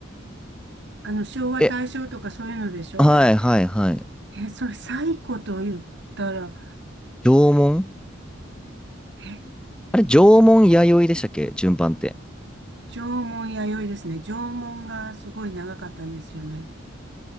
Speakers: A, on the right (about 60°); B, in the centre.
A: あの、昭和、
B: え、
A: 大正とかそういうのでしょ
B: はいはいはい。
A: え、それ、最古と言ったら、
B: 縄文
A: え、
B: あれ、縄文弥生でしたっけ順番って。
A: 縄文弥生ですね。縄文がすごい長かったんですよね。